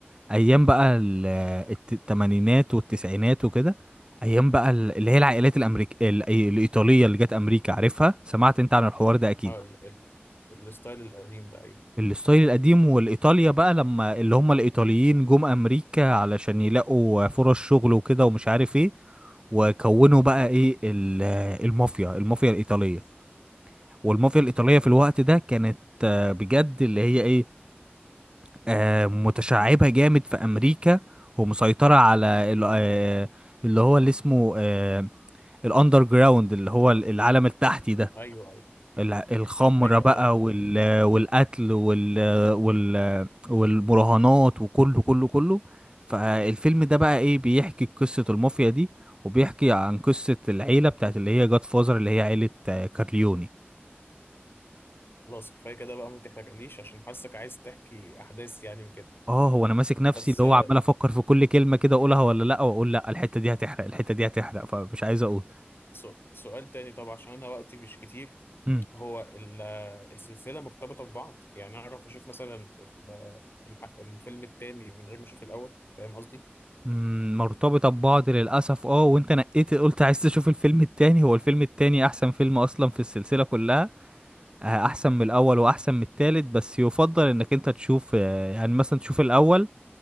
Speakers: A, on the right (about 25°); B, on the left (about 60°).
A: أيام بقى ال- الت- التمانينات والتسعينات وكده أيام بقى ال- اللي هي العائلات الأمريك ال- الإيطالية اللي جت أمريكا عارفها سمعت أنت عن الحوار ده أكيد
B: اه ال ال الستايل القديم ده ايوه
A: الستايل القديم والإيطاليا بقى لما اللي هم الإيطاليين جم أمريكا علشان يلاقوا فرص شغل وكده ومش عارف إيه وكونوا بقى إيه ال- المافيا المافيا الإيطالية والمافيا الإيطالية في الوقت ده كانت آه، بجد اللي هي إيه آه، متشعبة جامد في أمريكا ومسيطرة على ال- آه، اللي هو اللي اسمه آه، الأندر جراوند اللي هو العالم التحتي ده
B: ايوه ايوه
A: الع- الخمرة
B: ايوه
A: بقى
B: انا بقى-
A: وال والقتل وال وال والمراهنات وكله كله كله فالفيلم ده بقى إيه بيحكي قصة المافيا دي وبيحكي عن قصة العيلة بتاعت اللي هي جاد فازر اللي هي عيلة آه، كارليوني
B: خلاص كفايه كده بقى ما تحرقليش عشان حاسك عايز تحكي احداث يعني وكده
A: اه هو انا ماسك نفسي
B: بس
A: اللي
B: آه،
A: هو عمال افكر في كل كلمه كده اقولها ولا لا واقول لا الحته دي هتحرق الحته دي هتحرق فمش عايز اقول
B: سو- سؤال تاني طبعا عشان انا وقتي مش كتير
A: امم
B: هو ال- آه، السلسله مرتبطه ببعض يعني اعرف اشوف مثلا الح- الفيلم التاني من غير ما اشوف الاول فاهم قصدي
A: أمم، مرتبطه ببعض للاسف اه وانت نقيت قلت عايز تشوف الفيلم التاني هو الفيلم التاني احسن فيلم اصلا في السلسله كلها آه، احسن من الاول واحسن من التالت بس يفضل انك انت تشوف آه، يعني مثلا تشوف الاول